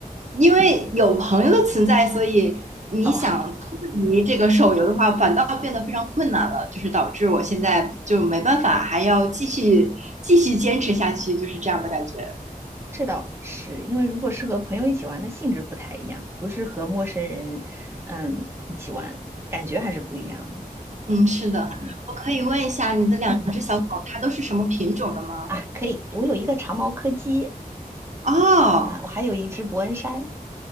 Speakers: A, on the right; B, on the right.
A: 因为有朋友的存在，所以你想脱离这个手游的话，
B: 哦，<laughs>
A: 反倒变得非常困难了，就是导致我现在就没办法，还要继续继续坚持下去，就是这样的感觉。
B: 这倒是，因为如果是和朋友一起玩的性质不太一样，不是和陌生人嗯一起玩，感觉还是不一样的
A: 嗯，是的，
B: 嗯
A: 我可以问一下，你的两只小狗它都是什么品种的吗？
B: 嗯啊，可以，我有一个长毛柯基
A: 哦
B: 啊，我还有一只伯恩山。